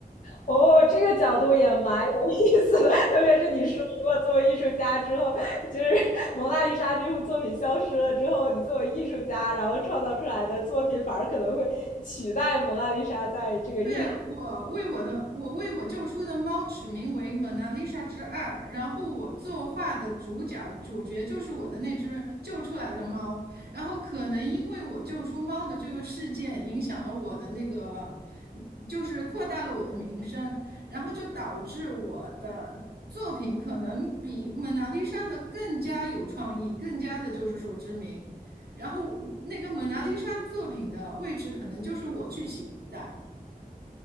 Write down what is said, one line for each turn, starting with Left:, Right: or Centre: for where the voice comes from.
Left: 哦，这个角度也蛮有意思的，特别是你说，如果作为艺术家之后，就是《蒙娜丽莎》这幅作品消失了之后，你作为艺术家，然后创造出来的作品反而可能会取代《蒙娜丽莎》在这个艺术
Right: 对，我为我的我为我救出的猫取名为《蒙娜丽莎之二》，然后我作画的主角主角就是我的那只救出来的猫，然后可能因为我救出猫的这个事件影响了我的那个，嗯就是扩大了我的名声，然后就导致我的作品可能比《蒙娜丽莎》的更加有创意，更加的就是说知名，然后那个《蒙娜丽莎》作品的位置可能就是我去取代。